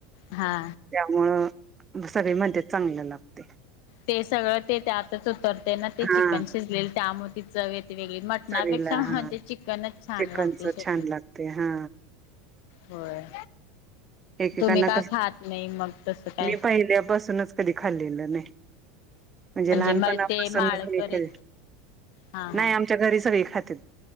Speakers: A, on the left; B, on the right.
A: हा
B: त्यामुळं सगळी मध्येत चांगलं लागते.
A: ते सगळं ते ते आताच उतरते ना ते
B: हा
A: चिकन शिजलेले त्यामुळे ति चवेत येती. वेगळी मटणापेक्षा
B: चवीला हा
A: म्हणजे चिकनच छान
B: चिकनच
A: लागते.
B: छान लागते हा
A: होय.
B: एकेकांना
A: तुम्ही का
B: कस
A: खात नाही मग तसं काय.
B: मी पहिल्यापासूनच कधी खाल्लेलं नाही म्हणजे लहान
A: म
B: पणा
A: ते
B: पासुनच
A: माळकरी
B: मी कधी
A: हा
B: नाही
A: हा
B: आमच्या घरी सगळी खातात